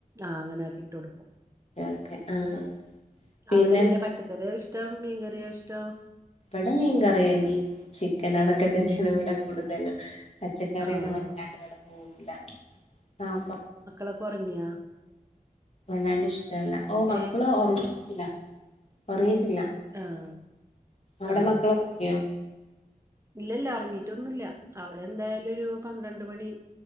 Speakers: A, on the right (about 20°); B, on the left (about 45°).
A: ആഹ് അങ്ങനാക്കി ഇട്ടൊടുക്കും
B: ഓക്കെ ആഹ് പിന്നെ
A: അവിടെങ്ങനെ പച്ച കറിയ ഇഷ്ടം മീൻ കറിയ ഇഷ്ടം
B: ഇവിടെ മീൻ കറിയ മീന് ചിക്കൻ അതൊക്കെ തന്നെയാണ് ഇവിടെ കൂടുതലും പച്ചക്കറിയൊന്നും
A: ആഹ്
B: വല്ലാണ്ട് ഇവടെ പോവുല്ല സാമ്പാ
A: ഒക്കെ ഒറങ്ങിയോ
B: വല്ലാണ്ട് ഇഷ്ടവല്ല ഓഹ് മക്കള്
A: ഏഹ്
B: ഒറങ്ങിറ്റൊന്നുല്ല ഒറങ്ങിറ്റില്ല
A: ആഹ്
B: അവ്ടെ
A: ആഹ്
B: മക്കളൊക്കെ ഒറങ്ങിയോ
A: ഇല്ലല്ല. ഒറങ്ങിട്ടൊന്നുല്ല. അവരെന്തായാലും ഒരു പന്ത്രണ്ട് മണി.